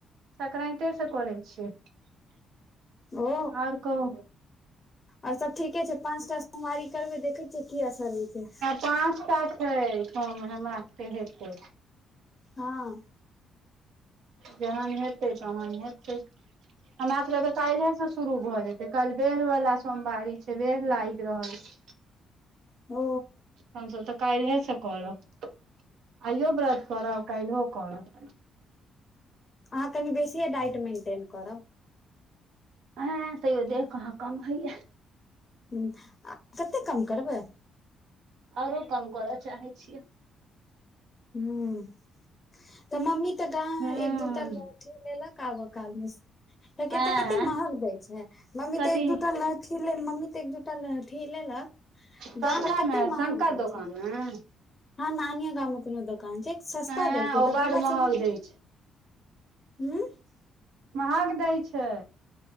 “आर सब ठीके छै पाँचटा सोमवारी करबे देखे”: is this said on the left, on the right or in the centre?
Left